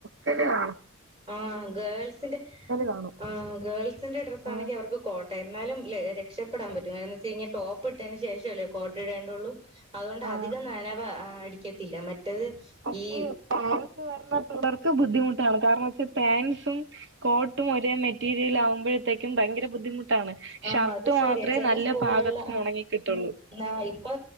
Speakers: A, on the right; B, on the right.
A: കിട്ട്ണോ
B: ആഹ് ഗേൾസിന്റെ
A: കാണും
B: ആഹ് ഗേൾസിന്റെ ഡ്രസ്സ്
A: ആഹ്
B: ആണെങ്കിൽ അവർക്ക് കോട്ടരുന്നാലും രക്ഷപ്പെടാൻ പറ്റും കാരണംന്ന് വെച്ച് ൽ ടോപ്പ് ഇട്ടതിന് ശേഷമല്ലേ കോട്ട ഇടേണ്ടേള്ളൂ. അതുകൊണ്ട്
A: ആഹ്
B: അധികം നനവ് അടിക്കത്തില്ല മറ്റേത്
A: പക്ഷേ
B: ഈ
A: പാൻസ് വരുന്ന പിള്ളേർക്ക് ബുദ്ധിമുട്ടാണ് കാരണം വച്ചാ പാൻസും കോ ട്ടും ഒരേ മെറ്റീരിയലാവുമ്പോഴത്തേക്കും ഭയര ബുദ്ധിമു ട്ടാണ്
B: ആഹ്
A: ഷർട്ട്
B: അത് ശരിയാ
A: മാത്രമേ
B: ചില
A: നല്ല
B: സ്കൂളുകളിൽ
A: പാകത്തിന് ഉണങ്ങി കിട്ടൊള്ളൂ
B: ആഹ് ഇപ്പൊ